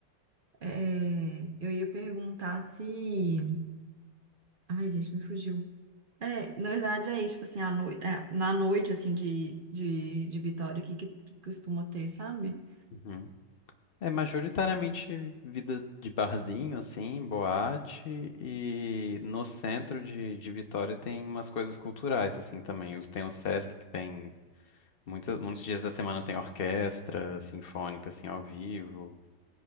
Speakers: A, on the right; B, on the left.
A: É, eu ia perguntar se. Ai, gente, me fugiu. É, na verdade é isso, tipo assim, à noite, na noite, assim, de, de, de Vitória, que, que, que costuma ter, sabe?
B: Uhum. É majoritariamente vida de barzinho, assim, boate, e no centro de, de Vitória tem umas coisas culturais, assim, também. Os- Tem o Sesc, que tem Muitos, muitos dias da semana tem orquestra sinfônica, assim, ao vivo,